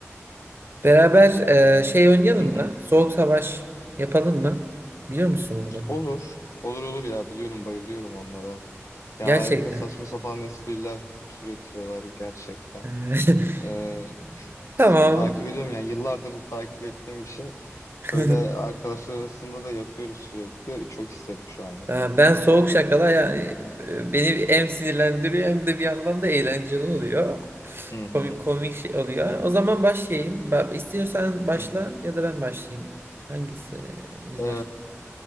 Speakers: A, on the right (about 50°); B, on the left (about 85°).
A: beraber ee, şey oynayalım
B: Hı hı.
A: mı? Soğuk savaş yapalım mı? Biliyor musun bunu?
B: Olur. Olur olur ya biliyorum bayılıyorum onlara. Ya
A: Gerçekten.
B: harika saçma
A: <laughs>
B: sapan espriler türetiyorlar gerçekten.
A: Ee, <laughs>
B: Ee, s-
A: Tamam.
B: takip ediyorum yani yıllardır takip ettiğim bir şey.
A: <laughs>
B: Böyle arkadaşlar arasında da yapıyoruz sürekli. Çok isterim şu an yapmak.
A: Ha, Ben soğuk şakalar yani e, beni hem sinirlendiriyor hem de bir yandan da eğlenceli oluyor.
B: Hı hı.
A: Komik komik şey oluyor. O zaman başlayayım. Ben, istiyorsan başla
B: Hı hı.
A: ya da ben başlayayım. Hangisi biz
B: Ee,
A: başlasın?